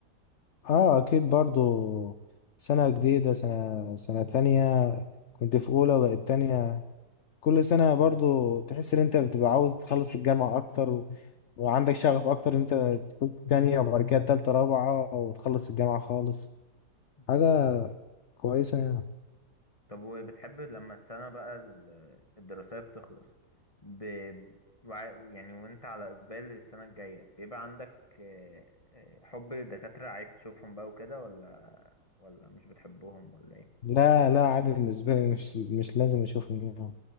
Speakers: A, on the left (about 55°); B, on the left (about 20°).
A: آه أكيد برضو سنة جديدة سنة سنة تانية كنت في أولى بقت تانية كل سنة برضو تحس ان انت بتبقى عاوز تخلص الجامعة اكتر و... وعندك شغف اكتر ان انت تكون تانية وبعد كده تالتة رابعة وتخلص الجامعة خالص
B: مم.
A: حاجة كويسة يعني
B: طب وبتحب لما السنة بقى ال- الدراسية بتخلص ب... وع- يعني وانت على اقبال السنة الجاية بيبقى عندك آه، آه، حب للدكاترة عايز تشوفهم بقى وكده ولا ولا مش بتحبهم ولا ايه
A: لا لا عادي بالنسبة لي مش مش لازم اشوفهم يعني